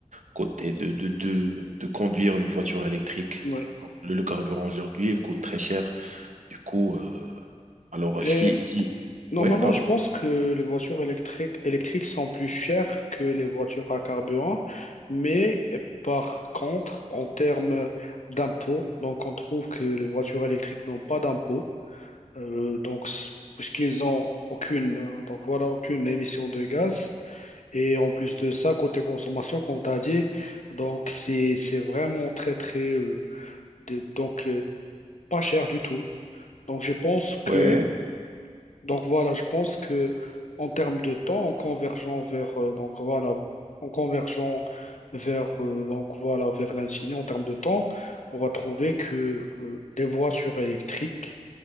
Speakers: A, on the right; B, on the left.
A: côté de de de, de conduire une voiture électrique.
B: Oui.
A: Alors, Le, le carburant aujourd'hui il coûte très cher. Du coup, euh, alors
B: Et
A: si si
B: normalement,
A: ouais pardon.
B: je pense que les voitures électriques, électriques sont plus chères que les voitures à carburant, mais par contre, en termes d'impôts, donc on trouve que les voitures électriques n'ont pas d'impôts. Euh, donc, c- puisqu'ils ont aucune, euh, donc voilà, aucune émission de gaz. Et en plus de ça, côté consommation, comme tu as dit, donc c'est c'est vraiment très, très, euh, de- donc euh, pas cher du tout. Donc, je pense que,
A: Ouais,
B: donc voilà, je pense que en termes de temps, en convergeant vers, euh, donc voilà, en convergeant vers, euh, donc voilà, vers l'infini, en termes de temps, on va trouver que euh, les voitures électriques,